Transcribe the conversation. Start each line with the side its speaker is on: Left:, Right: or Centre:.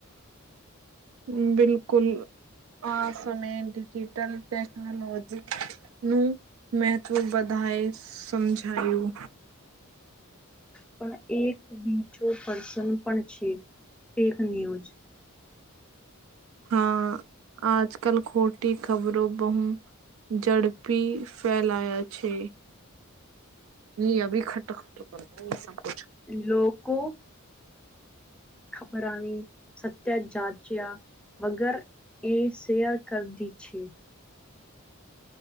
Right: હમ બિલકુલ. આ સમય ડિજીિટલ ટેકનોલોજી નું મહત્વ બધાએ સમજાયું.
Centre: પણ એક બીચો પર્સન પણ છે. ફેક ન્યૂઝ
Right: હા આજકલ ખોટી ખબરો બહુ ઝડપી ફેલાયા છે. ની અભી ખટો ખટ કર એ સબક
Centre: લોકો ખબરાની સત્ય જાચ્યા વગર એ શેયર કર દી છે.